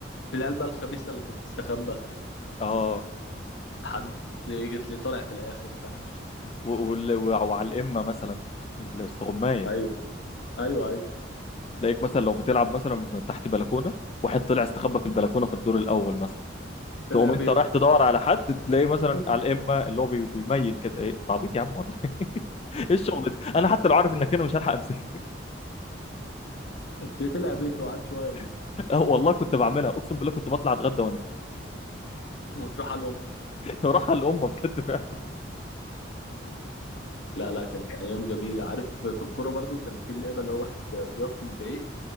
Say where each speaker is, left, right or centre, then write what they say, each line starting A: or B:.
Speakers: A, on the left; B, on the left.
A: في العيال بقى الخبيثه اللي كانت تستخبى
B: اه
A: حد جت لي طالع في الاخر فاهم
B: و- وال- و- وعلى الامه مثلا الاستغمايه
A: ايوه ايوه ايوه
B: تلاقيك مثلا لو بتلعب مثلا تحت بلكونه واحد طلع استخبى في البلكونه في الدور الاول مثلا،
A: طلع
B: تقوم
A: بيته
B: انت رايح تدور على حد تلاقيه مثلا
A: <laughs>
B: على الامه اللي هو بي- بيميل كده ايه انت عبيط يا عم ولا ايه <laughs> إيه الشغل ده انا حتى لو عارف انك انا مش هلحق امسكها
A: ليه طلع بيته وقعد شويه ونزل
B: <laughs> اه والله كنت بعملها اقسم بالله كنت بطلع اتغدى وانزل
A: وتروح على الام
B: <laughs> راح على الامه بجد فعلا
A: لا لا كانت ايام جميله عارف في الكوره برضو كان في اللعبه اللي هو واحد بيقف من بعيد